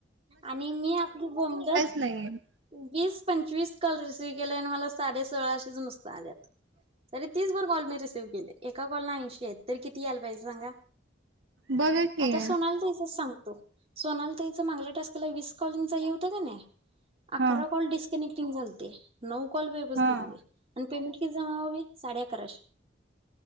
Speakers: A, on the right (about 35°); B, on the right (about 85°).
A: आणि मी आपली बोमलत
B: नई.
A: वीस पंचवीस कॉल रिसिव्ह केले आणि मला साडे सोळाशेच नुसत आल्यात. तर तीस भर कॉल मी रिसीव्ह केले एका कॉलला ऐंशी आहेत तर किती यायला पाहिजे सांगा.
B: बघा की
A: आता
B: हा
A: सोनाली ताईचच सांगतो सोनाली तईचा माांगल्या टास्कला वीस कॉलिंगचा हे होतं का नाही? अकरा
B: हा
A: कॉल डिस्कनेक्टिंग झालते नऊ कॉल वेवस्थित
B: हा
A: गेले आणि पेमेंट किती जमा व्हावी साडे अकराशे